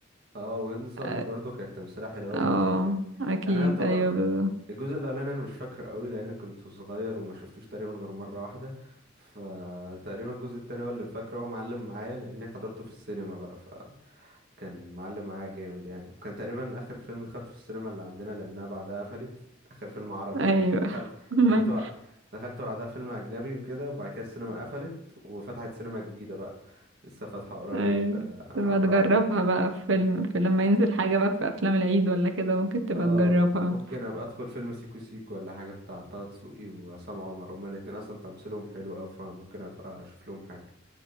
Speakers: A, on the right; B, on the right.
A: اه وهند صبري
B: اه
A: برضو كانت تمثيلها حلو أوي
B: آه،
A: الجزء التاني
B: أكيد
A: انا يعتبر
B: أيوه بالظبط
A: الجزء الاولاني انا مش فاكره قوي لان كنت صغير وما شفتوش تقريبا غير مره واحده فتقريبا الجزء التاني هو اللي فاكره هو معلم معايا لاني حضرته في السينما بقى فكان معلم معايا جامد يعني وكان تقريبا اخر فيلم دخلته في السينما اللي عندنا لانها بعدها قفلت اخر فيلم عربي
B: ايوه
A: يعني لان دخل
B: <laughs> ما-
A: دخلت بع... دخلت بعدها فيلم اجنبي وكده وبعد كده السينما قفلت وفتحت سينما جديده بقى لسه فاتحه قريب
B: ايوه
A: آه،
B: تبقى
A: عملوا
B: تجربها
A: عن
B: بقى في فيلم في لما ينزل حاجة بقى في افلام العيد ولا كده ممكن تبقى
A: اه
B: تجربها
A: ممكن ابقى ادخل فيلم سيكو سيكو ولا حاجه بتاع طه دسوقي وعصام عمر هما الاتنين اصلا تمثيلهم حلو اوي فممكن ابقى اشوف لهم حاجه